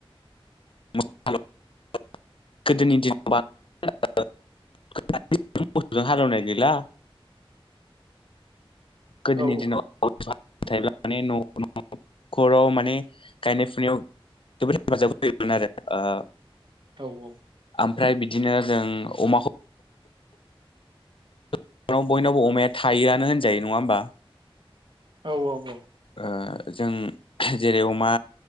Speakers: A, on the left; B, on the right.
A: <unintelligible> गोदोनि दिनाव। <inaudible> <unintelligible> हालोवनाय गैला। गोदोनि
B: औ
A: दिनाव <unintelligible> न' <unintelligible> खराव माने गायनाय फुनायाव जोबोद हेफाजाब होयोमोन आरो ओ।
B: औ-औ।
A: ओमफ्राय बिदिनो जों अमाखौ। <unintelligible> बयनावबो अमाया थायोआनो होनजायो नङा होमबा।
B: औ-औ-औ।
A: ओ जों जेरै- अमा